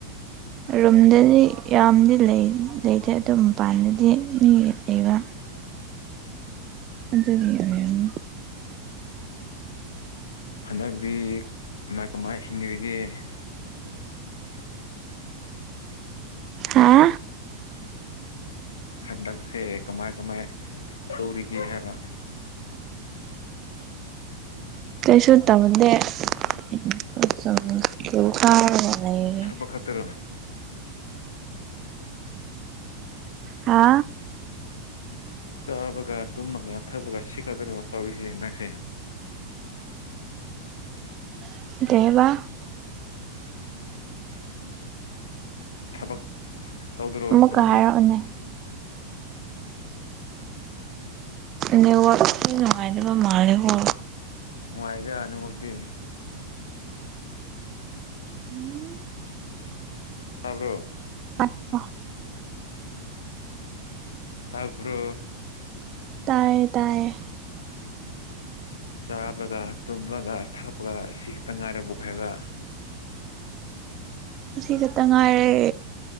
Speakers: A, on the right; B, on the left.
A: ꯔꯨꯝꯗꯗꯤ ꯌꯥꯝꯗꯤ ꯂꯩ ꯂꯩꯇꯦ ꯗꯨꯝ ꯄꯥꯟꯗꯗꯤ ꯃꯤ ꯂꯩꯕ
B: <unintelligible> <unintelligible>
A: ꯑꯗꯨꯒꯤ ꯑꯣꯏꯔꯝꯅꯤ
B: ꯍꯟꯗꯛꯗꯤ ꯀꯃꯥꯏ ꯀꯃꯥꯏ <unintelligible>
A: ꯍꯥ
B: ꯍꯟꯗꯛꯁꯦ ꯀꯃꯥꯏ ꯀꯃꯥꯏ ꯇꯧꯔꯤꯒꯦ ꯍꯥꯏꯕ
A: ꯀꯩꯁꯨ ꯇꯧꯗꯦ <unintelligible> ꯁ꯭ꯀꯨꯜ ꯀꯥꯔꯒ ꯂꯩꯔꯤ
B: ꯑꯣꯈꯇꯔꯣ
A: ꯍꯥ
B: ꯆꯥꯕꯒ ꯇꯨꯝꯃꯒ ꯊꯛꯄꯒ ꯁꯤꯈꯇꯔꯣ ꯇꯧꯏꯁꯦ ꯅꯪꯁꯦ
A: <unintelligible>
B: ꯊꯕꯛ ꯇꯧꯗꯔꯣ
A: ꯑꯃꯨꯛꯀ
B: ꯅꯪꯗꯤ
A: ꯍꯥꯏꯔꯛꯑꯣꯅꯦ ꯅꯦꯋꯥꯛꯁꯤ ꯅꯨꯡꯉꯥꯏꯇꯕ ꯃꯥꯜꯂꯦꯀꯣ
B: ꯅꯨꯉꯥꯏꯗ ꯅꯦꯋꯥꯛꯇꯤ
A: <unintelligible>
B: ꯇꯥꯕ꯭ꯔꯣ
A: <unintelligible>
B: ꯇꯥꯕ꯭ꯔꯣ
A: ꯇꯥꯏꯌꯦ ꯇꯥꯏꯌꯦ
B: ꯆꯥꯕꯒ ꯇꯨꯝꯕꯒ ꯊꯛꯄꯒ ꯑꯁꯤ ꯈꯠꯇꯪ ꯉꯥꯏꯔꯕꯣꯛ ꯍꯥꯏꯕ
A: ꯑꯁꯤ ꯈꯠꯇꯪ ꯉꯥꯏꯔꯦ